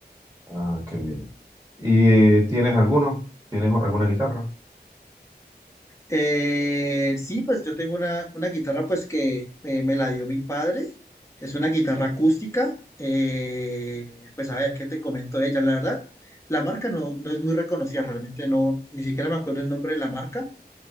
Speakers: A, on the right; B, on the left.
A: Ah, qué bien. ¿Y tienes alguno? ¿Tienes alguna guitarra?
B: Eh, sí, pues yo tengo una, una guitarra pues que eh, me la dio mi padre, es una guitarra acústica, eh, pues a ver, ¿qué te comento de ella? La verdad, la marca no, no es muy reconocida, realmente no, ni siquiera me acuerdo el nombre de la marca